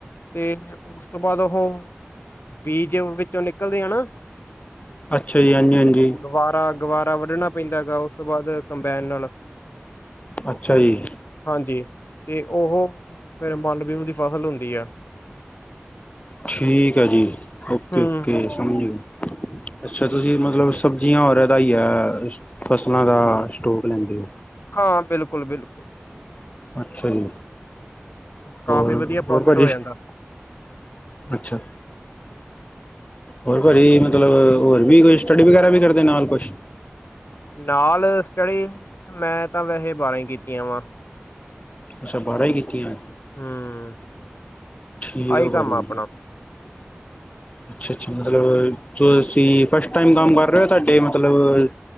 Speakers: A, on the left; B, on the left.
A: ਤੇ ਉਸ ਤੋਂ ਬਾਅਦ ਓਹ ਬੀਜ ਵਿੱਚੋਂ ਨਿਕਲਦੇ ਆ ਨਾ
B: ਅੱਛਾ ਜੀ ਹਾਂਜੀ ਹਾਂਜੀ
A: ਗਵਾਰਾ ਗਵਾਰਾ ਵੱਢਣਾ ਪੈਂਦਾ ਗਾ ਉਸ ਤੋਂ ਬਾਦ ਕੰਬੈਨ ਨਾਲ
B: ਅੱਛਾ ਜੀ
A: ਹਾਂਜੀ ਤੇ ਉਹ ਫੇਰ ਮਨ ਲ ਵੀ ਉਦੀ ਫਸਲ ਹੁੰਦੀ ਐ
B: ਠੀਕ ਐ ਜੀ ਓਕੇ
A: ਹੂੰ
B: ਓਕੇ ਸਮਝਗੇ। ਅੱਛਾ ਤੁਸੀਂ ਮਤਲਬ ਸਬਜ਼ੀਆਂ ਔਰ ਐਦਾ ਈ ਐ ਫਸਲਾਂ ਦਾ ਸਟੋਕ ਲੈਂਦੇ ਓ
A: ਹਾਂ ਬਿਲਕੁੱਲ ਬਿਲਕੁੱਲ
B: ਅੱਛਾ ਜੀ।
A: ਕਾਫੀ
B: ਹੋਰ
A: ਵਧੀਆ ਪ੍ਰੋਫਿਟ
B: ਹੋਰ ਭਾਜੀ
A: ਹੋ ਜਾਂਦਾ
B: ਅੱਛਾ ਹੋਰ ਭਾਜੀ ਮਤਲਬ ਹੋਰ ਵੀ ਕੋਈ ਸਟੱਡੀ ਵਗੈਰਾ ਵੀ ਕਰਦੇ ਨਾਲ ਕੁਛ
A: ਨਾਲ ਸਟੱਡੀ ਮੈਂ ਤਾਂ ਵੈਸੇ ਬਾਰਾਂ ਕੀਤੀਆਂ ਵਾ
B: ਅੱਛਾ ਬਾਹਰਾਂ ਹੀ ਕੀਤੀਆਂ
A: ਹੂੰ
B: ਠੀਕ
A: ਆਹੀ
B: ਆ
A: ਕੰਮ
B: ਭਾਜੀ
A: ਆਪਣਾ
B: ਅੱਛਾ ਅੱਛਾ ਮਤਲਬ ਜੋ ਅਸੀਂ ਫਸਟ ਟਾਈਮ ਕੰਮ ਕਰ ਰਹੇ ਹੋ ਤੁਹਾਡੇ ਮਤਲਬ